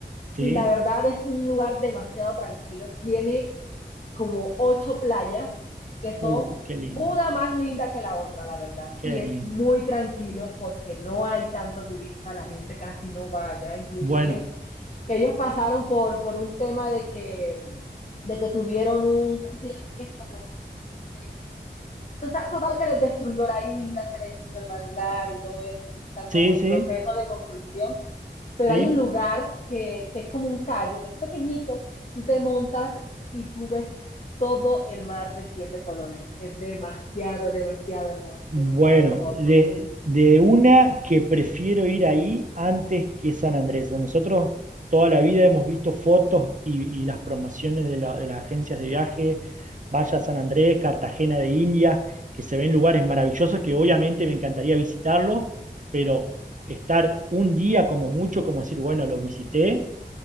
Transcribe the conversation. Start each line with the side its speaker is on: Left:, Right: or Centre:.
Right: sí.
Left: y la verdad es un lugar demasiado tranquilo. Tiene como ocho playas que son
Right: Uh, qué lindo,
Left: una más linda que la otra, la verdad.
Right: qué
Left: Y es
Right: lindo.
Left: muy tranquilo porque no hay tanto turista, la gente casi no va vaya. Incluso
Right: Bueno,
Left: ellos, ellos pasaron por, por un tema de que, de que tuvieron un, ¿cómo se llama esto? No, que- Total, total que les destruyó la isla, se les destruyó el manglar y todo esto, entonces están
Right: sí,
Left: como en
Right: sí,
Left: proceso de construcción pero
Right: sí.
Left: hay un lugar que, que es como un callo, que es pequeñito, tú te montas y tú ves todo el mar de siete colores. Es demasiado, demasiado hermoso,
Right: Bueno,
Left: demasiado hermoso.
Right: de, de una que prefiero ir ahí antes que San Andrés. Nosotros toda la vida hemos visto fotos y, y las promociones de, la- de las agencias de viaje, vaya a San Andrés, Cartagena de Indias, que se ven lugares maravillosos que obviamente me encantaría visitarlos, pero estar un día como mucho, como decir, bueno, lo visité,